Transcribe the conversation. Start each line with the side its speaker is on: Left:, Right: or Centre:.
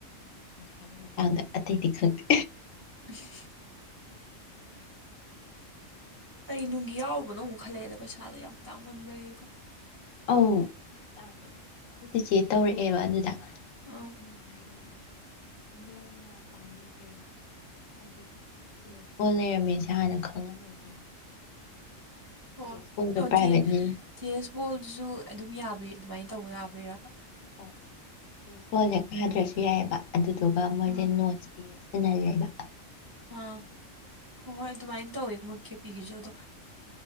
Left: ꯄꯩꯁꯥꯒꯤ ꯃꯇꯥꯡꯗ ꯑꯇꯩꯗꯤ ꯈꯪꯇꯦ
Right: <unintelligible> ꯀꯔꯤ ꯅꯨꯡꯒꯤ ꯌꯥꯎꯔꯨꯕꯅꯣ ꯑꯃꯨꯛ ꯈꯜꯂꯛꯑꯦꯗ ꯄꯩꯁꯥꯗꯣ ꯌꯥꯝ ꯇꯥꯡꯃꯟꯕꯩꯒꯣ
Left: ꯑꯧ ꯇꯥꯡꯕꯅꯦ ꯑꯈꯣꯏ ꯆꯦꯆꯦ ꯇꯧꯔꯛꯑꯦꯕ ꯑꯗꯨꯗ
Right: ꯑꯥ
Left: ꯑꯈꯣꯏꯅ ꯍꯥꯏꯅꯦꯕ ꯏꯟꯗꯣꯡꯅ ꯄꯥꯝꯃꯨꯒ꯭ꯔꯦꯅ ꯍꯥꯏꯗꯤ ꯇꯤ ꯑꯦꯁ ꯄꯣꯜ ꯂꯩꯔꯝꯃꯦꯖꯦ ꯍꯥꯟꯅ ꯈꯪꯉꯝꯃꯗꯤꯅ
Right: ꯑꯣ
Left: ꯇꯤ ꯑꯦꯁ ꯄꯣꯜꯗꯣ
Right: ꯑꯣ
Left: ꯄ꯭ꯔꯥꯏꯚꯦꯠꯅꯤ
Right: ꯇꯤꯌꯦ ꯇꯤ ꯑꯦꯁ ꯄꯣꯜꯗꯨꯖꯨ ꯑꯗꯨꯝ ꯌꯥꯕ꯭ꯔꯤ ꯑꯗꯨꯃꯥꯏꯟ ꯇꯧꯕ ꯌꯥꯕꯩꯔꯕ
Left: ꯍꯣꯏ ꯇꯤ ꯑꯦꯁ ꯄꯣꯜ ꯖꯦ ꯀꯗ꯭ꯔꯖꯨ ꯌꯥꯏꯌꯦꯕ ꯑꯗꯨꯗꯨꯒ ꯃꯣꯏꯖꯦ
Right: ꯎꯝ
Left: ꯅꯣꯠꯁ ꯄꯤꯔ ꯁꯤꯜꯍꯜꯂꯦꯕ
Right: ꯑꯥ ꯍꯣꯏ ꯍꯣꯏ ꯑꯗꯨꯃꯥꯏꯟ ꯇꯧꯋꯦ ꯃꯣ ꯀꯦꯄꯤꯒꯤꯖꯨ ꯑꯗꯣ